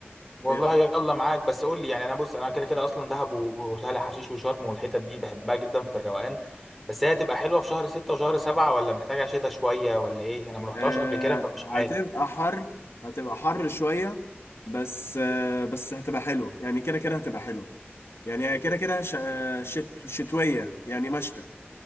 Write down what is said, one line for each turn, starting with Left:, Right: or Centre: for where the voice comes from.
Centre: والله
Left: إيه رأيك؟
Centre: يلا معاك بس قول لي يعني انا بص انا كده كده اصلا دهب و- وسهل حشيش وشرم والحتت دي بحبها جدا في الروقان بس هي هتبقى حلوه في شهر ستة وشهر سبعة ولا محتاجه شتاء شويه ولا ايه انا ما رحتهاش
Left: آه،
Centre: قبل كده فمش
Left: هتبقى
Centre: عارف
Left: حر هتبقى حر شوية بس آه، بس هتبقى حلوة يعني كده كده هتبقى حلوة يعني هي كده كده ش- آه، شت شتوية يعني مشتى